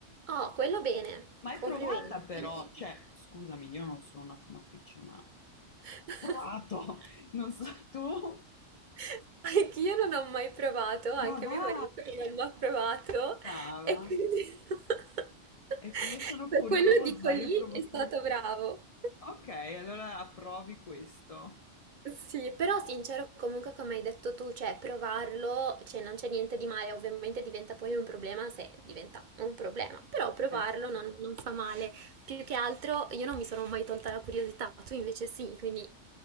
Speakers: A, on the right; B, on the left.
A: Oh, quello bene.
B: Mai
A: Complimenti.
B: provata però, cioè, scusami, io non sono una fumatrice, ma
A: <laughs>
B: ho provato, <laughs> non so tu,
A: <laughs> Anch'io non ho mai provato, anche
B: ma va,
A: mio marito non l'ha provato
B: brava,
A: e quindi <laughs>
B: è che io sono
A: per
B: curiosa,
A: quello dico lì
B: io provo
A: è stato
B: tutto.
A: bravo.
B: Ok, allora approvi questo.
A: Sì, però sincero, comunque come hai detto tu, cioè provarlo, cioè non c'è niente di male, ovviamente diventa poi un problema se diventa un problema, però provarlo
B: Eh sì,
A: non, non fa male. Più che altro io non mi sono mai tolta la curiosità, tu invece sì, quindi in,